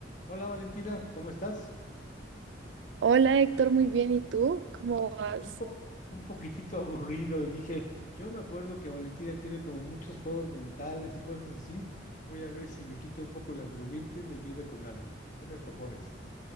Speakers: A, on the left (about 45°); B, on the right (about 70°).
A: Hola Valentina, ¿cómo estás?
B: Hola Héctor, muy bien. ¿Y tú? ¿Cómo vas?
A: Un po- un poquitito aburrido, dije, yo me acuerdo que Valentina tiene como muchos juegos mentales y cosas así. Voy a ver si me quita un poco el aburrimiento y me ayuda con algo. ¿Qué me propones?